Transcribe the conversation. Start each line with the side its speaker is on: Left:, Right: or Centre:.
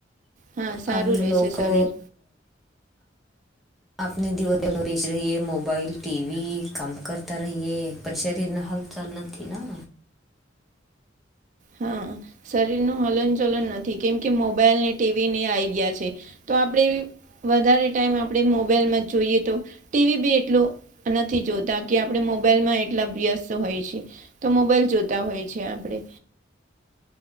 Right: હા સારું
Centre: આવું
Right: રહેશે
Centre: લોકો
Right: શરીર
Centre: આપને દીવો <unintelligible> રહીએ મોબાઈલ ટીવી કામ કરતા રહીએ પણ શરીર ના હાલ ચાલ નથી ના
Right: હા શરીર નું હલન ચલન નથી કેમ કે મોબાઈલ ને ટીવી ની આઈ ગયા છે. તો આપણે વધારે ટાઈમ આપણે મોબાઈલમાં જોઈએ તો ટીવી બી એટલો નથી જોતા કે આપડે મોબાઈલમાં એટલા વ્યસ્ત હોય છે. તો મોબાઈલ જોતા હોય છે આપડે.